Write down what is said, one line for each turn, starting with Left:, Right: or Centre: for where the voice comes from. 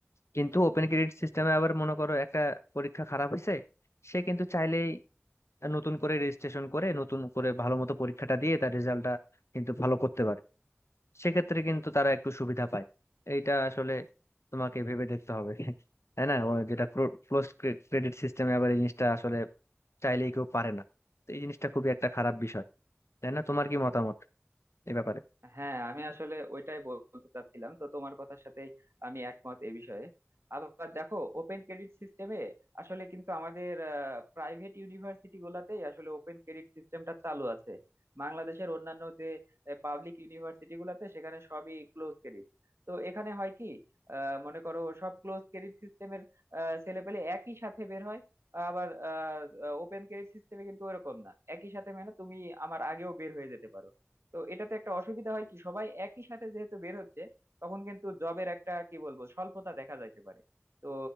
Left: কিন্তু ওপেন ক্রেডিট সিস্টেমে আবার মনে করো একটা পরীক্ষা খারাপ হয়েছে সে কিন্তু চাইলেই নতুন করে রেজিস্ট্রেশন করে নতুন করে ভালো মতো পরীক্ষাটা দিয়ে তার রেজাল্টটা কিন্তু ভালো করতে পারে সেক্ষেত্রে কিন্তু তারা একটু সুবিধা পায় এইটা আসলে তোমাকে ভেবে দেখতে হবে তাই না ও যেটা ক্লোজ ক্রেডিট সিস্টেমে আবার এই জিনিসটা আসলে চাইলেই কেউ পারে না তো এই জিনিসটা খুবই একটা খারাপ বিষয় তাই না তোমার কি মতামত এ ব্যাপারে
Right: হ্যাঁ আমি আসলে ওইটাই বলতে চাচ্ছিলাম তো তোমার কথার সাথেই আমি একমত এ বিষয়ে আবার দেখো ওপেন ক্রেডিট সিস্টেমে আসলে কিন্তু আমাদের প্রাইভেট ইউনিভার্সিটি গুলাতেই আসলে ওপেন ক্রেডিট সিস্টেমটা চালু আছে বাংলাদেশের অন্যান্য যে পাবলিক ইউনিভার্সিটি গুলাতে সেখানে সবই ক্লোজ ক্রেডিট তো এখানে হয় কি আহ, মনে করো সব ক্লোজ ক্রেডিট সিস্টেমের ছেলেপেলে একই সাথে বের হয় আবার ওপেন ক্রেডিট সিস্টেমে কিন্তু ওরকম না একই সাথে মানে তুমি আমার আগেও বের হয়ে যেতে পারো তো এটাতে একটা অসুবিধা হয় কি সবাই একই সাথে যেহেতু বের হচ্ছে তখন কিন্তু জবের একটা কি বলবো স্বল্পতা দেখা যাইতে পারে তো